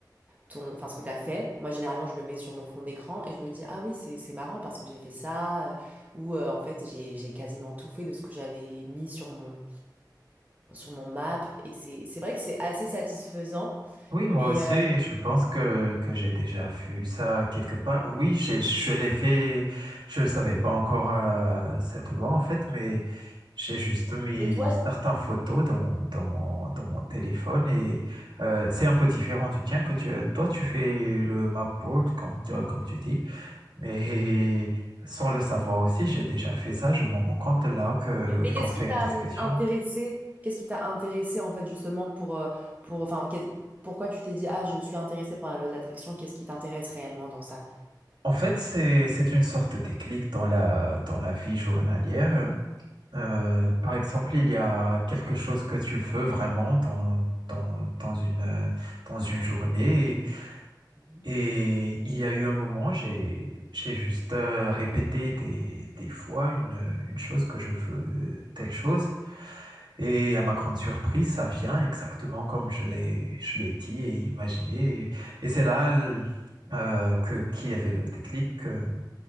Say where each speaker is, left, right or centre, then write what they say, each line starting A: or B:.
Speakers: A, on the right; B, on the right.
A: ton, enfin, ce que tu as fait. Moi, généralement, je le mets sur mon fond d'écran et je me dis, ah oui, c'est c'est marrant parce que j'ai fait ça, euh, ou euh, en fait, j'ai j'ai quasiment tout fait de ce que j'avais mis sur mon, sur mon map. Et c'est c'est vrai que c'est assez satisfaisant.
B: Oui,
A: Mais,
B: moi aussi,
A: euh,
B: je pense que, que j'ai déjà vu ça quelque part. Oui, j'ai, je l'ai fait, je ne savais pas encore euh, cette loi en fait, mais j'ai juste mis
A: mais toi,
B: certaines photos dans, dans mon, dans mon téléphone et euh, c'est un peu différent du tien que tu, toi tu fais le mapboard comme, tu- comme tu dis, mais <laughs> sans le savoir aussi, j'ai déjà fait ça, je me rends compte là que,
A: mais qu'est-ce
B: qu'on fait
A: qui t'a
B: une discussion.
A: hum, intéressé? Qu'est-ce qui t'a intéressé en fait justement pour, euh, pour enfin, qu'est- pourquoi tu t'es dit, ah, je suis intéressée par la loi de l'attraction, qu'est-ce qui t'intéresse réellement dans ça?
B: En fait, c'est, c'est une sorte de déclic dans la, dans la vie journalière. Euh, par exemple, il y a quelque chose que tu veux vraiment dans, dans, dans une, euh, dans une journée.
A: Mhm.
B: Et il y a eu un moment, j'ai, j'ai juste euh, répété des, des fois une, une chose que je veux, telle chose. Et à ma grande surprise, ça vient exactement comme je l'ai, je l'ai dit et imaginé. Et, et c'est là l- euh, que, qu'il y avait le déclic. euh,